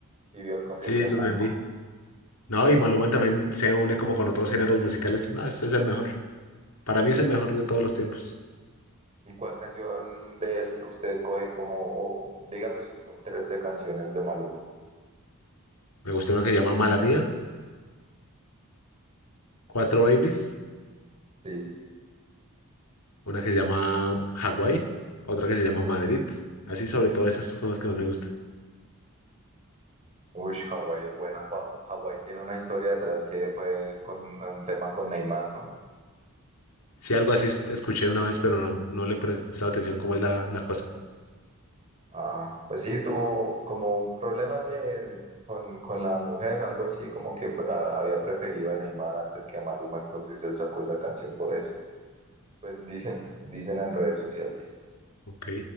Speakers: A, on the right (about 30°); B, on the left (about 85°).
A: Si vio el concierto
B: Sí, eso
A: del Maluma.
B: también vi. No, y Maluma también se une como con otros géneros musicales. No, ese es el mejor. Para mí es el mejor de todos los tiempos.
A: ¿Y cuál canción de él usted escoge como, o dígame su top 3 de canciones de Maluma?
B: Me gusta una que se llama Mala Mía, Cuatro Babies,
A: Sí.
B: una que se llama Hawái, otra que se llama Madrid. Así sobre todo esas son las que más me gustan.
A: Uy, Hawái es buena. Hawái Hawái tiene una historia detrás que fue con un tema con Neymar, ¿no?
B: Sí, algo así es- escuché una vez, pero no, no le he prestado atención cómo es la, la cosa.
A: Ah, pues sí, tuvo como un problema de, con, con la mujer, algo así, como que a- había preferido a Neymar antes que a Maluma, entonces él sacó esa canción por eso. Pues dicen, dicen en redes sociales.
B: Ok.